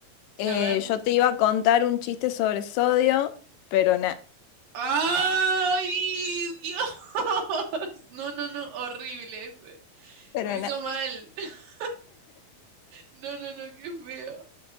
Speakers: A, on the left; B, on the right.
A: Eh,
B: a ver.
A: yo te iba a contar un chiste sobre sodio, pero nada,
B: ¡Ay, Dios! <laughs> No, no, no, horrible ese.
A: pero
B: Me hizo
A: nada.
B: mal. <laughs> No, no, no, qué feo.